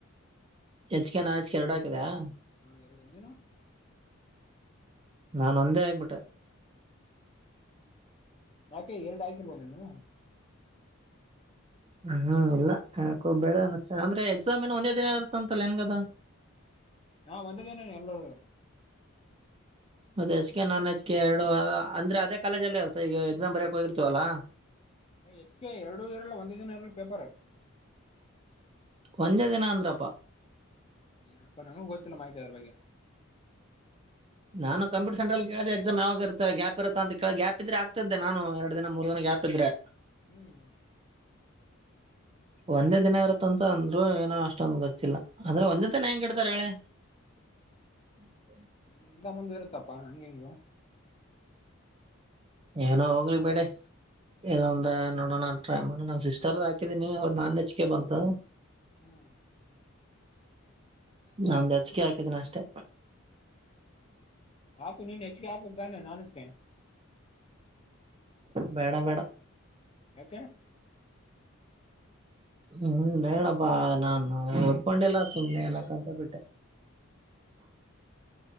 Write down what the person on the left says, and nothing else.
ಹಾ ಎರಡು ನೀನು <unintelligible>
ಯಾಕೆ ಎರಡು ಆಕಿರ್ಬೋ ನೀನು
ನಾ ವಂದೇನು ಎಲ್ಲೋರುಗ
ಹೆಚ್ಗೆ ಎರಡು ಇರಲ್ಲ ಒಂದ ದಿನ ಇರಲ್ಲ ಪೇಪರ್
ಏನಪ್ಪಾ ನನಗ ಗೊತ್ತಿಲ್ಲ ಮಾಹಿತಿ ಅ್ರ ಬಗ್ಗೆ
ಹ್ಮ್
ಒಂದ ಇಂತ ಮುಂದೆ ಇರುತ್ತಪ್ಪಾ ಹಂಗಗೆಂಗು <unintelligible>
ಹ್ಮ್
ಹಾು ನೀನ್ ಹೆಚ್ಿಗೆ ಹಾಕ್ಾನ ನಾ ಹೆಜಕಿ
ಯಕ್ಕ
ಹೌ